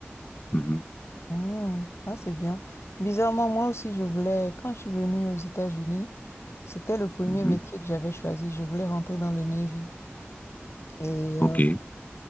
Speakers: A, on the left; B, on the left.
A: Mhm,
B: Hmm, ah c'est bien. Bizarrement, moi aussi, je voulais, quand je suis venue aux États-Unis, c'était le premier
A: mhm.
B: métier que j'avais choisi. Je voulais rentrer dans le Navy. Et
A: OK.
B: euh,